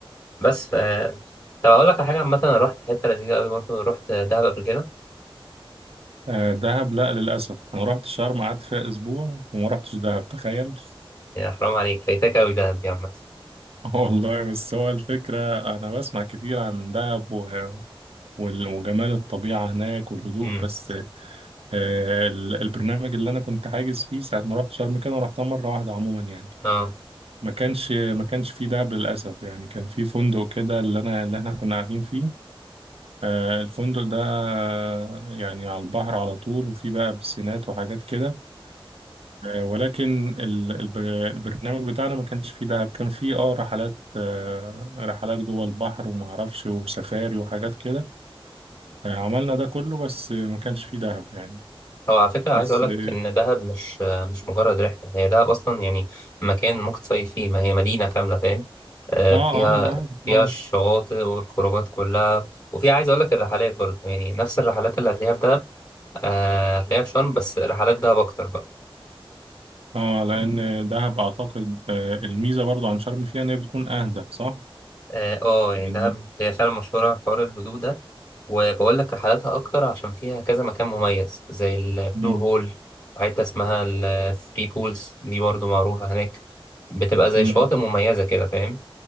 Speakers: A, on the left; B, on the right.
A: بس ف طب اقول لك على حاجه عامه انا رحت حته لذيذه قوي برضه رحت دهب قبل كده
B: آه، دهب لا للأسف أنا رحت شرم قعدت فيها أسبوع وما رحتش دهب تخيل
A: يا حرام عليك فايتك قوي دهب دي عامه
B: <laughs> والله بس هو الفكرة أنا بسمع كتير عن دهب و... وال- وجمال الطبيعة هناك والهدوء
A: امم
B: بس آه، ال- البرنامج اللي أنا كنت حاجز فيه ساعة ما رحت شرم كده أنا رحتها مرة واحدة عموما يعني
A: اه
B: ما كانش ما كانش فيه دهب للأسف يعني كان في فندق كده اللي أنا اللي إحنا كنا قاعدين فيه آه، الفندق ده آه، يعني على البحر على طول وفيه بقى بسينات وحاجات كده ولكن ال- الب- البرنامج بتاعنا ما كانش فيه دهب كان فيه اه رحلات آه، رحلات جوه البحر وما اعرفش وسفاري وحاجات كده آه، عملنا ده كله بس ما كانش فيه دهب يعني
A: هو على فكرة عايز
B: بس
A: أقول لك
B: اه
A: إن دهب مش مش مجرد رحلة هي دهب أصلا يعني مكان ممكن تصيف فيه ما هي مدينة كاملة فاهم آه،
B: اه
A: فيها
B: انا عارف
A: فيها
B: اه
A: الشواطئ والخروجات كلها وفي عايز أقول لك الرحلات برضه يعني نفس الرحلات اللي هتلاقيها في دهب آه، هتلاقيها في شرم بس رحلات دهب أكتر بقى
B: اه لان دهب اعتقد آه، الميزه برضو عن شرم فيها ان هي بتكون اهدى صح
A: اه آه، يعني
B: يعني
A: دهب هي فعلا مشهورة بحوار الهدوء ده وبقول لك رحلاتها أكتر عشان فيها كذا مكان مميز زي البلو
B: مم.
A: هول وحتة اسمها الثري بولز دي برضو معروفة هناك بتبقى زي
B: مم.
A: شواطئ مميزة كده فاهم